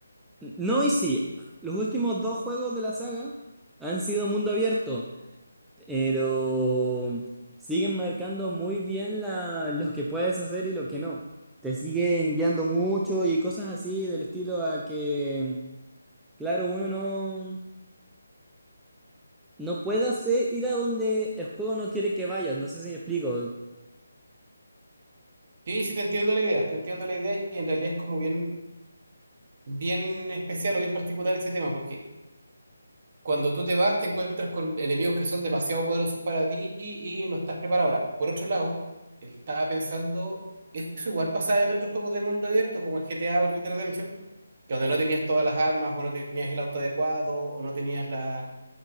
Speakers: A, in the centre; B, on the right.
A: no y sí, los últimos dos juegos de la saga han sido mundo abierto. pero siguen marcando muy bien la, lo que puedes hacer y lo que no. Te siguen guiando mucho y cosas así del estilo a que, claro, uno no, no puede hacer ir a donde el juego no quiere que vayas. No sé si me explico.
B: Sí, sí te entiendo la idea, te entiendo la idea, y en realidad es como bien, bien especial o bien particular ese tema, porque cuando tú te vas, te encuentras con enemigos que son demasiado poderosos para ti y, y no estás preparado. Ahora, por otro lado, él estaba pensando, eso igual pasaba en otros juegos de mundo abierto, como el GTA o el Red Dead Redemption, que donde no tenías todas las armas, o no tenías el auto adecuado, o no tenías la,